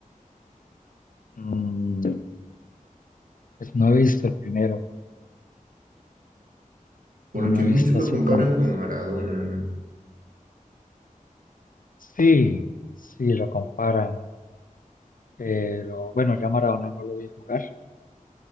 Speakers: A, on the left; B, on the right.
A: Mm, pues no he visto el primero,
B: Porque
A: no, no he
B: muchos
A: visto
B: lo
A: así
B: comparan
A: como
B: con
A: es.
B: Maradona, ¿no?
A: Sí, sí, lo comparan. Pero bueno, ya Maradona no lo vi jugar,